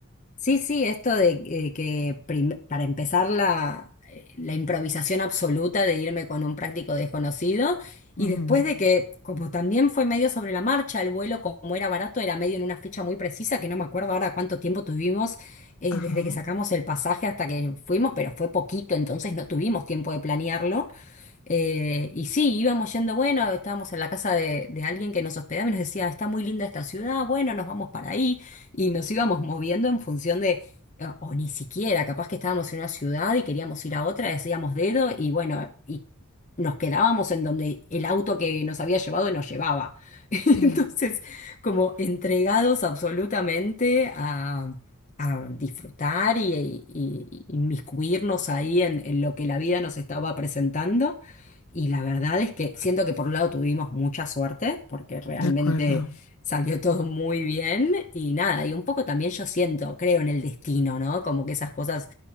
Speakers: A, on the left (about 35°); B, on the left (about 80°).
A: Sí, sí, esto de eh, que prim- para empezar la, la improvisación absoluta de irme con un práctico desconocido
B: Ujú.
A: y después de que, como también fue medio sobre la marcha, el vuelo como era barato, era medio en una fecha muy precisa, que no me acuerdo ahora cuánto tiempo tuvimos eh,
B: Ajá,
A: desde que sacamos el pasaje hasta que fuimos, pero fue poquito, entonces no tuvimos tiempo de planearlo. Eh, y sí, íbamos yendo, bueno, estábamos en la casa de, de alguien que nos hospedaba y nos decía, está muy linda esta ciudad, bueno, nos vamos para ahí. Y nos íbamos moviendo en función de, eh, o ni siquiera, capaz que estábamos en una ciudad y queríamos ir a otra, decíamos dedo y bueno, y nos quedábamos en donde el auto que nos había llevado nos llevaba. <laughs> Entonces,
B: sí,
A: como entregados absolutamente a... a disfrutar y, y- y inmiscuirnos ahí en en lo que la vida nos estaba presentando. Y la verdad es que siento que por un lado tuvimos mucha suerte, porque realmente
B: de acuerdo.
A: salió <laughs> todo muy bien y nada, y un poco también yo siento, creo en el destino, ¿no? Como que esas cosas,